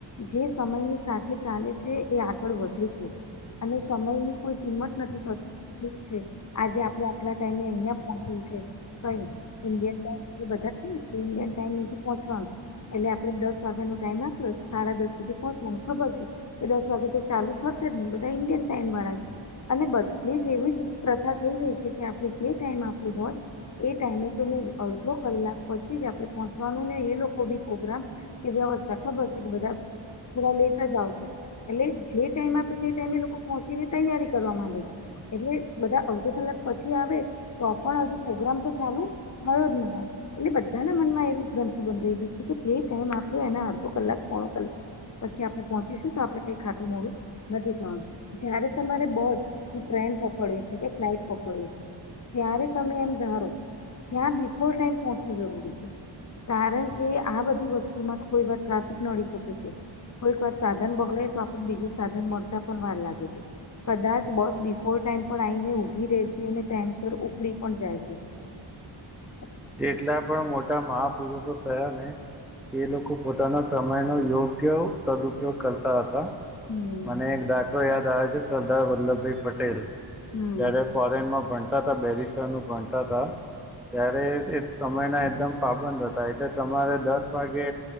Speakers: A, on the left; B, in the centre.
A: જે સમયની સાથે ચાલે છે એ આ ફળ <unintelligible> વધે છે અને સમયની કોઈ કિંમત નથી કરતું ઠીક છે આજે આપણે આટલા ટાઈમે અહિયાં પહોંચવું છે. કઈઈ ઇન્ડિયન ટાઈમ એ બધા ઇન્ડિયન ટાઈમ નીચે પહોંચવાનું એટલે આપડે દસ વાગ્યા નો ટાઈમ આપ્યો તો સાડા દસ સુધી પહોંચવાનો ખબર છે કે દસ વાગે તો ચાલુ થશે ન <unintelligible> બધા ઇન્ડિય ટાઈમ વાળા છે. અને બધે જ એવી જ પ્રથા થઈ ગઈ છે કે આપણે જે ટાઈમ આપ્યો હોય એ ટાઈમે ને <unintelligible> અડધો કલાક પછી જ આપડે પહોંચવાનું ને એ લોકો બી પ્રોગ્રામ કે વ્યવસ્થા ખબર છે એ બધા થોડા લેટ જ આવશે એટલે જે ટાઈમ આપ્યો છે એ ટાઈમે લોકો પહોંચીને તૈયારી કરવા માંડે છે એટલે બધા અડધો કલાક પછી આવે તો પણ હજુ પ્રગ્રામ તો ચાલુ થયો જ ના હોય એટલે બધાના મનમાં એવી ગ્રંથિ બંધઈ ગઈ છે કે જે ટાઈમ આપ્યો એના અડધો કલાક પઅઅ પછી આપણેે પહોચીશું તો આપડે કઈ ખાટું મોડું નથી થવાનું જયારે તમારે બસ કે ટ્રેન પકડવી છે કે ફ્લાઇટ પકડવી છે ત્યારે તમે એમ ધારો ત્યાં બિફોર ટાઈમ પહોંચવું જરૂરી છે. કારણ કે આ બધી વસ્તુમાં કોઈ વાર ટ્રાફિક નડી શકે છે. કોઈક વાર સાધન બગડે તો આપને બીજું સાધન મળતા પણ વાર લાગે છે. કદાચ બસ બિફોર ટાઈમ પણ આઈઈને ઊભી રે છે અને ટાઈમસર ઉપડી પણ જાય છે. ખાલી
B: જેટલા પણ મોટા મહાપુરુષો થયા ને એ લોકો પોતાના સમયનો યોગ્ય સદુપયોગ કરતા હતા.
A: હમ
B: મને એક દાખલો યાદ આવે છે સરદાર વલ્લભભાઈ પટેલ.
A: હમ
B: જયારે ફોરેન માં ભણતાતા બેરિસ્ટર નું ભણતાતા ત્યારે એ સમયના એકદમ પાબંદ હતા એટલે તમારે દસ વાગે